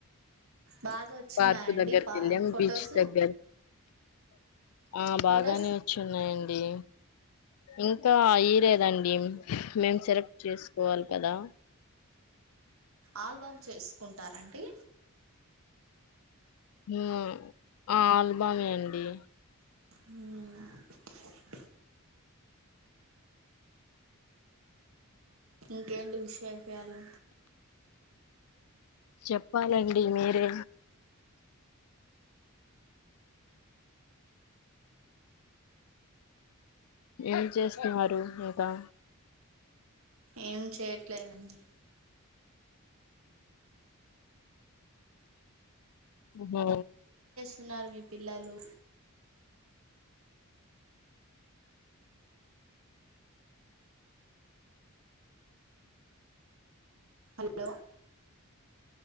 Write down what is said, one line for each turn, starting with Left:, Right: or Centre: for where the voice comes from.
Right: బాగా వచ్చిన్నాయండి
Left: పార్కు దగ్గరకి
Right: పా
Left: వెళ్ళాం
Right: ఫొటోస్
Left: బీచ్ దగ్గర ఆ
Right: ఫొటోస్
Left: బాగానే వచ్చిన్నాయండి ఇంకా ఇలేదండి మేం సెలెక్ట్ చేసుకోవాలి కదా
Right: ఆల్బమ్ చేసుకుంటారండి
Left: ఆ ఆల్బామే అండి
Right: హ్మ్ ఇంకేంటి విశేషాలు
Left: చెప్పాలండి మీరే ఏం చేస్తున్నారు ఇంకా
Right: ఏం చేయట్లేదండి
Left: మ్మ్
Right: స్తున్నారు మీ పిల్లలు హలో